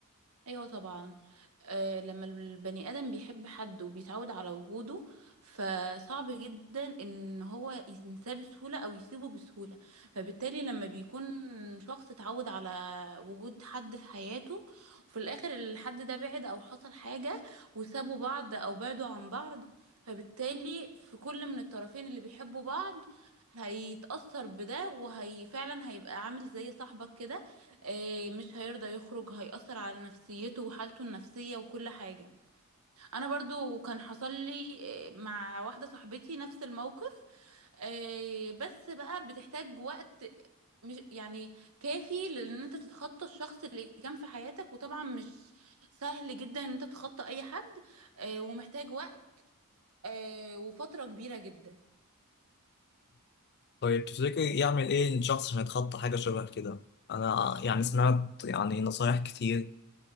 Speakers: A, on the right; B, on the left.
A: ايوه طبعا آه لما البني ادم بيحب حد وبيتعود على وجوده فصعب جدا ان هو ينساه بسهوله او يسيبه بسهوله فبالتالي لما بيكون شخص اتعود على وجود حد في حياته وفي الاخر الحد ده بعد او حصل حاجه وسابوا بعض او بعدوا عن بعض فبالتالي في كل من الطرفين اللي بيحبوا بعض هيتأثر بده وهي فعلا هيبقى عامل زي صاحبك كده آه، مش هيرضى يخرج هيأثر على نفسيته وحالته النفسية وكل حاجة انا برضو كان حصل لي آه، مع واحدة صاحبتي نفس الموقف آه، بس بقى بتحتاج وقت مش يعني كافي لان انت تتخطى الشخص اللي كان في حياتك وطبعا مش سهل جدا ان انت تتخطى اي حد آه، ومحتاج وقت آه، وفترة كبيرة جدا
B: طيب تفتكري يعمل إيه الشخص عشان يتخطى حاجة شبه كده؟ أنا يعني سمعت يعني نصايح كتير